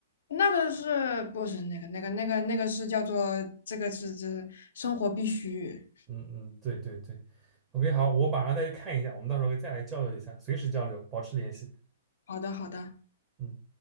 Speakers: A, on the left; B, on the right.
A: 那个是不是那个那个那个那个是叫做这个是这是生活必须？
B: 嗯嗯，对对对。OK，好，我马上再去看一下，我们到时候可以再来交流一下，随时交流，保持联系。
A: 好的好的。
B: 嗯。